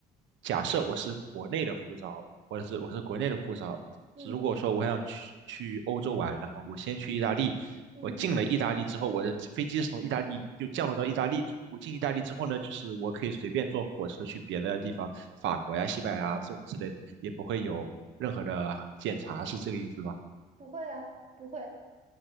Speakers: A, on the right (about 75°); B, on the right (about 35°).
A: 假设我是国内的护照，或者是我是国内的护照，
B: 嗯
A: 如果说我想去去欧洲玩，然后我先去意大利，
B: 嗯，
A: 我进了意大利之后，我的飞机是从意大利就降落到意大利，我进意大利之后呢，就是我可以随便坐火车去别的地方，法国呀、西班牙啊这种之类的，也不会有任何的检查，是这个意思吗？
B: 不会啊，不会，